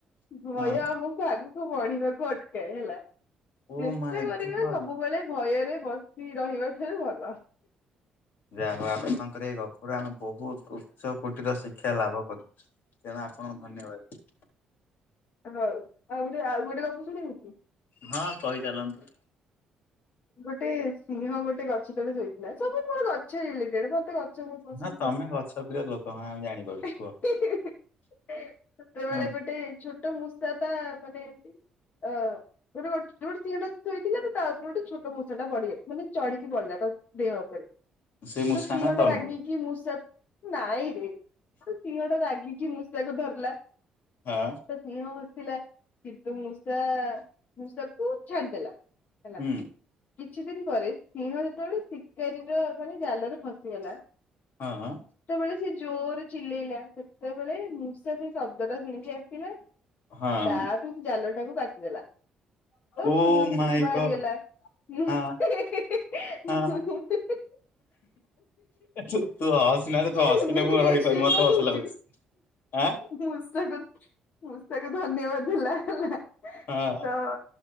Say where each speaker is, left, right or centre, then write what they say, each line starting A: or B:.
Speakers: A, on the left; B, on the left.
A: ଭୟ
B: ହଁ
A: ଆବ ଆଗକୁ ବଢିବାକୁ ଅଟକାଏ ହେଲା
B: ଓ
A: ଚେଷ୍ଟା
B: ମାଇଁ
A: କରିବା
B: ଗଡ୍
A: ସବୁ ସବୁବେଳେ ଭୟରେ ବସି ରହିବା ଠାରୁ ଭଲ।
B: ଯାହା ହଉ ଆପଣଙ୍କର ଏଇ ଗପରୁ ଆମେ ବହୁତ ଉଚ୍ଚ କ ଶିକ୍ଷା ଲାଭ କର ତେଣୁ ଆପଣଙ୍କୁ ଧନ୍ୟବାଦ।
A: ହଉ ଆଉ ଗୋଟେ ଆଉ ଗୋଟେ ଗପ ଶୁଣିବୁ କି?
B: ହଁ କହି ଚାଲନ୍ତୁ।
A: ଗୋଟେ ସିଂହ ଗୋଟେ ଗଛ ତଳେ ଶୋଇଥିଲା ସବୁ ମୋର ଗଛରିଲେଟେଡ ମତେ ଗ ପସନ୍ଦ
B: ହଁ ତମେ
A: କର।
B: ଗଛ ପ୍ରିୟ ଲୋକ ହଁ ଆମେ ଜାଣିପାରୁଛୁ
A: <unintelligible>
B: କୁହ
A: ସେତେବେଳେ
B: ହୁଁ
A: ଗୋଟେ ଛୋଟ ମୂଷା ତା ମାନେ ଏମତି ଅ ଗୋଟେ ଗୋଟେ ସିଂହ ତା ଶୋଇଥିଲା ତା ଉପରେ ଗୋଟେ ଛୋଟ ମୂଷା ଟା ପଡ଼ିଗ ମାନେ ଚଢିକି ବଡିଲା ତ ଦେହ ଉପରେ
B: ସେ ମୂଷା
A: ତ ସିଂହଟା
B: ନା ତନୁ?
A: ରାଗିକି ମୁଁଷ ନାଇଁରେ ସିଂହଟା ରାଗିକି ମୂଷାକୁ ଧରିଲା।
B: ହଁ
A: ତ ସିଂହ ବସିଥିଲା କିନ୍ତୁ ମୂଷା ମୂଷାକୁ ଛାଡିଦେଲା। ହେଲା।
B: ହୁଁ
A: କିଛି ଦିନ ପରେ ସିଂହ ଯେତେବେଳେ ଶିକାରୀର ମାନେ ଜାଲରେ ଫସିଗଲା।
B: ହଁ ହ
A: ଯେତେବେଳେ ସେ ଜୋରରେ ଚିଲେଇଲା ସେତେବେଳେ ମୂଷା ସେ ଶବ୍ଦ ଟା ଶୁଣିକି ଆସିଲା।
B: ହଁ
A: ତାପରେ ସେ ଜାଲ ଟାକୁ କାଟିଦେଲା ତ
B: ଓ
A: ସିଂହ ସେଥିରୁ
B: ମାଇଁ
A: ବାହାରିଗଲା।
B: ଗଡ୍
A: <unintelligible>
B: ହଁ ହଁ
A: <inaudible> <inaudible>
B: ତୁ ହସନାରେ ତୁ ହସିଲେ
A: ଏମିତି
B: ମୁଁ
A: ରିଆକ୍ସନ
B: ରହିପାରୁନି ମତେ
A: କଣ
B: ହସ
A: ଦଉଛୁ?
B: ଲାଗୁଛି। ଆଁ
A: ମୂଷାକୁ ମୂଷାକୁ ଧନ୍ୟବାଦ ଦେଲା ହେଲା।
B: ହଁ
A: ହ